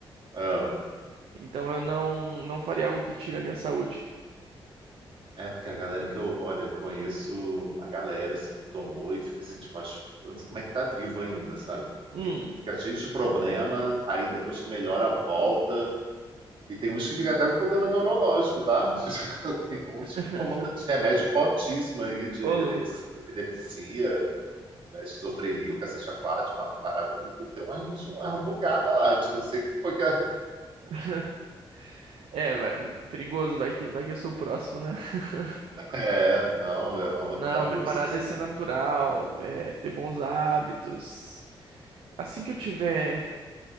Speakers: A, on the right; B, on the right.
A: ah,
B: Então eu não, não faria algo que tire a minha saúde.
A: é porque a galera que eu, olha, eu conheço uma galera assim que tomou e fica assim, tipo, acho, eu não sei como é que tá vivo ainda, sabe?
B: Hum,
A: Ele fica cheio de problema, aí depois que melhora, volta. E tem uns que ficam até com problema neurológico, tá? <laughs> Tem uns
B: <laughs>
A: tomando esse remédio fortíssimo aí de
B: ô louco.
A: epilepsia, epilepsia, eh, esquizofrenia, o cacete aquático, uma parada meio. Deu uma, uma bugada lá. Tipo, não sei o que foi que a
B: <laughs> É, vai, perigoso, vai que, vai que eu sou o próximo, né? <laughs>
A: É, não, é uma roleta
B: Não,
A: russa,
B: minha parada
A: assim.
B: é ser natural, é ter bons hábitos. Assim que eu tiver